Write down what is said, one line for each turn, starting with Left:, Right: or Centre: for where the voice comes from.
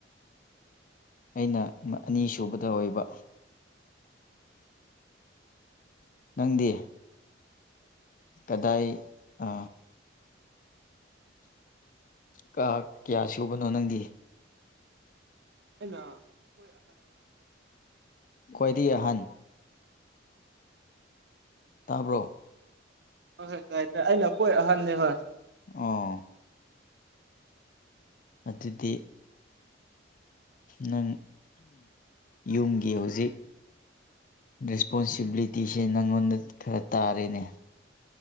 Left: ꯑꯩꯅ ꯑꯅꯤ ꯁꯨꯕꯗ ꯑꯣꯏꯕ ꯅꯪꯗꯤ ꯀꯗꯥꯏ ꯑ ꯀꯥ ꯀꯌꯥ ꯁꯨꯕꯅꯣ ꯅꯪꯗꯤ
Right: ꯑꯩꯅ ꯍꯣꯏ ꯑꯍꯅꯦꯕ
Left: ꯈ꯭ꯣꯏꯗꯤ ꯑꯍꯟ ꯇꯥꯕ꯭ꯔꯣ
Right: ꯍ ꯇꯥꯏ ꯇ ꯑꯩꯅ ꯀꯣꯏ ꯑꯍꯟꯅꯤ ꯍꯣꯏ
Left: ꯑꯣ ꯑꯗꯨꯗꯤ ꯅꯪ ꯌꯨꯝꯒꯤ ꯍꯧꯖꯤꯛ ꯔꯦꯁꯄꯣꯟꯁꯤꯕꯤꯂꯤꯇꯤꯁꯦ ꯅꯪꯉꯣꯟꯗ ꯈꯔ ꯇꯥꯔꯤꯦꯅꯦ